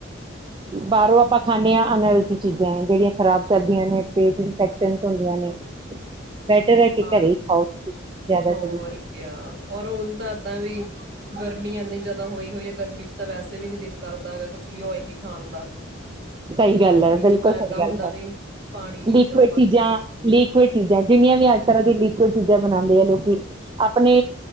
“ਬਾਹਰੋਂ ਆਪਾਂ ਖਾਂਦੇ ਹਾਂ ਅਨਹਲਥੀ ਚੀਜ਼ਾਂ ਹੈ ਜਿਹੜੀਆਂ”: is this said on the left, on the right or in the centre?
Right